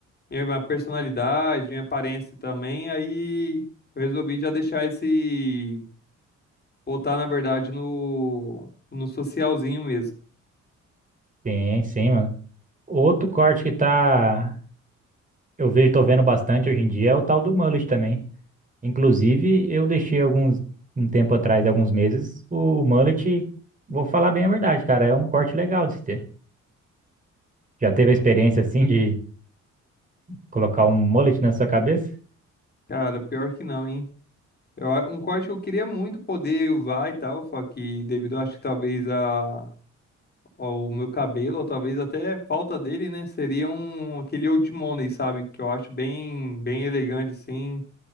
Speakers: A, on the left; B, on the right.
A: minha, minha personalidade, minha aparência também, aí eu resolvi já deixar esse, voltar, na verdade, no, no socialzinho mesmo.
B: Sim, sim, mano. Outro corte que tá. Eu vejo, tô vendo bastante hoje em dia é o tal do mullet também. Inclusive, eu deixei alguns. Um tempo atrás, alguns meses, o mullet, vou falar bem a verdade, cara, é um corte legal de se ter. Já teve a experiência assim de colocar um mullet na sua cabeça?
A: Cara, pior que não, hein? Eu a- um corte que eu queria muito poder usar e tal, só que devido, acho que talvez a, ao meu cabelo, ou talvez até falta dele, né? Seria um, aquele Old Money, sabe? Que eu acho bem, bem elegante, assim,